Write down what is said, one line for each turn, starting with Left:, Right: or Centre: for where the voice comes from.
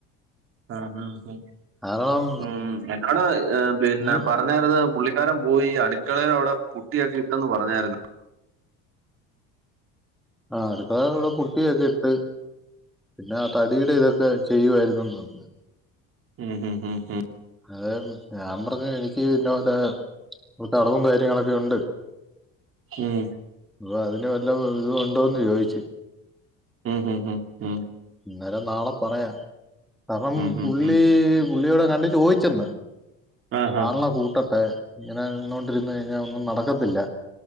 Right: ആഹ് മ് ഉം
Centre: കാരണം
Right: ഉം എന്നോട് പിന്ന
Centre: ഉം,
Right: പ പറഞ്ഞാര്ന്ന് പുള്ളിക്കാരൻ പോയി അടുക്കളെടെ അവ്ടെ പുട്ടിയൊക്കെ ഇട്ടെന്ന് പറഞ്ഞാര്ന്നു.
Centre: ആ അടുകളെ അവ്ടെ പുട്ടിയൊക്കെ ഇട്ട് പിന്നെ ആ തടിടെ ഇതക്കെ ചെയ്യുുവാരുന്നെന്ന് പറഞ്ഞ്.
Right: ഉം ഹ് ഹ് ഹ്.
Centre: അതെ ഞാൻ പർഞ്ഞ് എനിക്ക് ഇന്ന പോലെ കൊർചടവും കാര്യങ്ങളൊക്കെ ഒണ്ട്.
Right: മം
Centre: വഅതിനു വലിയ ഇതുമുണ്ടോ ചോദിച്ചു.
Right: മ് ഹ് ഹ് മ്
Centre: ഇന്നേരം നാളെ പറയാം കാരണം
Right: ഉം,
Centre: പുള്ളി
Right: ഉം, ഉം.
Centre: പുള്ളിയോടെ കണ്ട ചോയ്ചെന്ന്
Right: ആഹാ.
Centre: ആളിനെ കൂട്ടട്ടെ ഇങ്ങനെ നിന്നോണ്ടിരു കഴിഞ്ഞ ഒന്നും നടക്കത്തില്ല.